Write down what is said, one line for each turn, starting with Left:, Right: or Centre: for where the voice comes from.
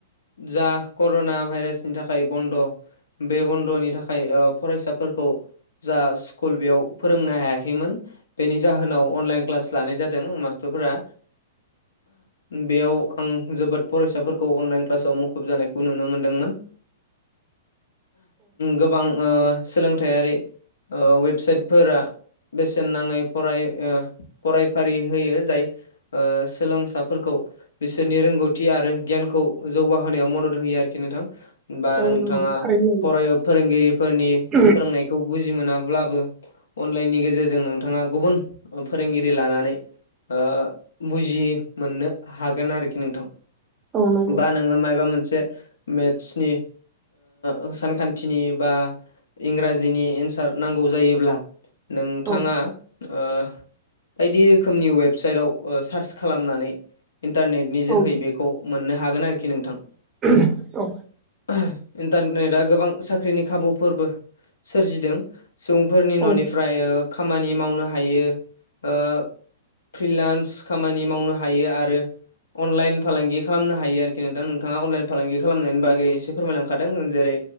Left: जा कर'ना भाइरासनि थाखाय बन्द' बे बन्द'नि थाखाय फरायसाफोरखौ जा स्कुल बेयाव फोरोंनो हायाखैमोन। बेनि जाहोनाव अनलाइन क्लास लानाय जादों मास्टारफोरा।
Right: <inaudible>
Left: बेयाव आं जोबोद फरायसाफोरखौ अनलाइन क्लासाव मुखुब जानायखौ नुनो मोनदोंमोन।
Right: <inaudible>
Left: गोबां ओ सोलोंथायारि अवेबसाइटफोरा बेसेन नाङै फराय फरायफारि होयो जाय ओ सोलोंसाफोरखौ बिसोरनि रोंगौथि आरो गियानखौ जौगाहोनायाव मदद होयो आरोखि नोंथां। बा
Right: औ
Left: नोंथाङा
Right: नंगौ थारैनो
Left: फराय ओ फोरोंगिरिफोरनि
Right: नंगौ
Left: फोरोंनाय बुजि मोनाब्लाबो अनलाइननि गेजेरजों नोंथाङा गुबुन फोरोंगिरि लानानै ओ बुजि मोननो हागोन आरोखि नोंथां।
Right: औ नंगौ
Left: बा नोङो मायबा मोनसे मेथ्सनि ओ सानखान्थिनि बा इंराजिनि एन्सार नांगौ जायोब्ला नोंथाङा
Right: औ
Left: ओ बायदि रोखोमनि वेबसाइटाव सार्च खालामनानै इन्टारनेट नि
Right: औ
Left: जोहै बेखौ मोननो हागोन आरोखि नोंथां।
Right: <unintelligible> औ।
Left: <unintelligible> इन्टारनेटआ गोबां साख्रिनि खाबुफोरबो सोरजिदों सुबुंफोरनि न'निफ्राय
Right: औ
Left: ओ खामानि मावनो हायो ओ फ्रिलान्स खामानि मावनो हायो आरो अनलाइन फालांगि खालामनो हायो आरोखि नोंथां नोंथाङा अनलाइन फालांगि खालामनायनि बागै एसे फोरमायलांखादों जेरै